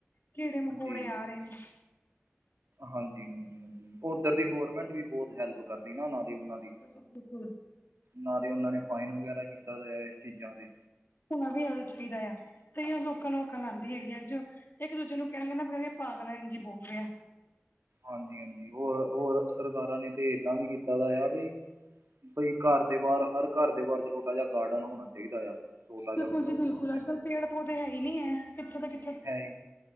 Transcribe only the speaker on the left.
ਕੀੜੇ ਮਕੌੜੇ
ਆ ਰਹੇ ਨੇ
ਬਿਲਕੁਲ
ਹੁਣਾ ਵੀ ਆ ਚਾਹੀਦਾ ਆ। ਤੇ ਲੋਕਾਂ ਨੂੰ ਅਕਲ ਆਉਂਦੀ ਹੈਗੀ ਆ। ਅੱਜ ਇੱਕ ਦੂਜੇ ਨੂੰ ਕਹਿਣਗੇ ਨਾ ਪਾਗਲ ਇੰਝ ਈ ਬੋਲ ਰਿਹਾ।
ਬਿਲਕੁਲ
ਜੀ ਬਿਲਕੁਲ
ਅੱਜ ਕੱਲ੍ਹ ਪੇੜ -ਪੌਦੇੇ ਹੈ ਈ ਨੀ ਐ। ਕਿੱਥੇ ਦਾ ਕਿੇ